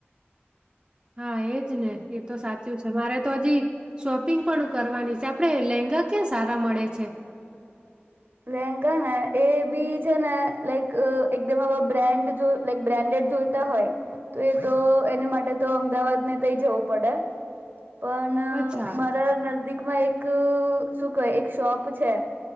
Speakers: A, on the right; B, on the right.
A: હા એજ ને એ તો સાચું છે મારે તો હજી શોપિંગ પણ કરવાની છે આપડે લેંગા ક્યાં સારા મળે છે
B: લહેંગા ના એ બી છે ને લાઈક એકદમ આ બ્રાન્ડ જો લક બ્રાન્ડેડ જોઈતા હોય તો એ તો એને માટે તો અમદાવાદ ને તઈ જવું પડે પણ
A: અચ્છા
B: મારા નદીક એક શું ક એક શોપ છે